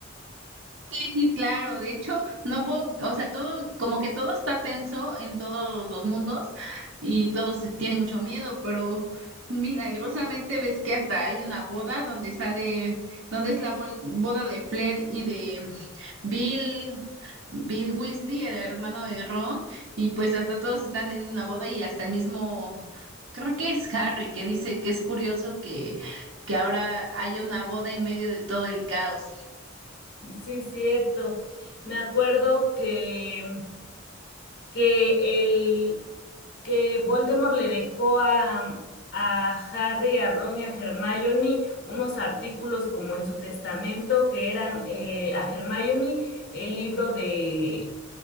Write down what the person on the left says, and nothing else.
Sí, es cierto. Me acuerdo que que el que Voldemort le dejó a, a Harry, a Ron y a Hermione unos artículos como en su testamento que eran eh, a Hermione el libro de